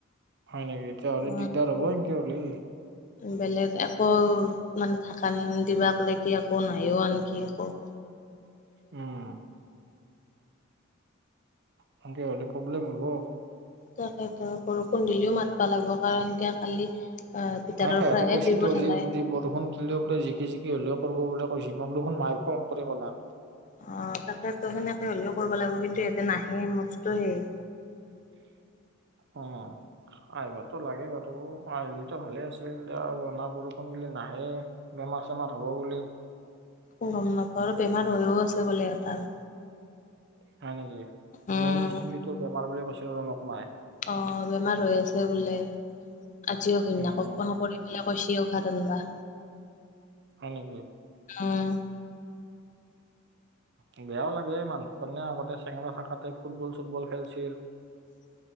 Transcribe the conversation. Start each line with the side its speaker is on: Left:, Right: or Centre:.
Right: হয় নেকি এতিয়া হলে
Left: উম
Right: দিগদাৰ হব এনকে হলে।
Left: বেলেগ আকৌ মানে থাকা দিবাক লাগি আকৌ নাইও আনকি আকৌ। <unintelligible>
Right: উম। সেনকে হলে প্ৰব্লেম হব।
Left: তেখেত বৰষুণ দিলেও মাতবা লাগব কাৰণ কে কালি- আহ ভিতৰৰ
Right: সিহঁতে
Left: পৰাহে
Right: কৈছে
Left: টিউব
Right: তহতি
Left: ঢালাই
Right: বৰষুণ দিলেও বোলে জিকি জিকি হ'লেও কৰিব বোলে। কৰিছে মই দেখোন মায়ে খং কৰি কলাক।
Left: অ তাকেতো সেনেকে হ'লেও কৰিব লাগিব কিন্তু ইয়াতে নাহে মস্ত সেই-
Right: অঁ। আহিবাতো লাগে বাৰু আহলিতো ভালে আছিলা। বৰষুণ দিলে নাহে - বেমাৰ-চেমাৰ হ'ব বুলি।
Left: ক গ ঘৰত বেমাৰ হৈও আছে বোলে এটাৰ।
Right: হয় নেকি
Left: উম
Right: মেইন মিস্ত্ৰীটো বেমাৰ বুলি কৈছিলো মোক মাই।
Left: অ বেমাৰ হৈ আছে বোলে আজিও ঘন্যাক
Right: উম
Left: কন কৰি পেলাই কৈছেও। কাৰণবা-
Right: হয় নেকি?
Left: অঁ।
Right: উ বেয়াও লাগে মানুহ কাৰণে আগতে চেঙা থাকাতে ফুটবল চুটবল খেলিছিল।
Left: <unintelligible>